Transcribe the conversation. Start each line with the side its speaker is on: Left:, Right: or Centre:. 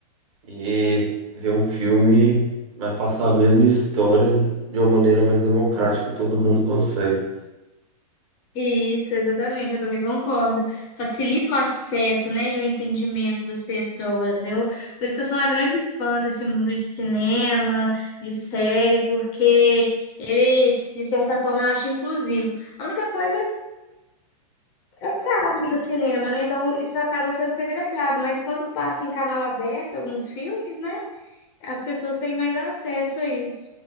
Right: E ver um filme vai passar a mesma história de uma maneira mais democrática, todo mundo consegue.
Left: Isso, exatamente, eu também concordo. Facilita o acesso, né, e o entendimento das pessoas. Eu, por isso que eu sou uma grande fã desse mundo de cinema, de série, porque ele, de certa forma, eu acho inclusivo. A única coisa É caro ir no cinema, né? Então isso acaba sendo segregado, mas quando passa em canal aberto alguns filmes, né? As pessoas têm mais acesso a isso.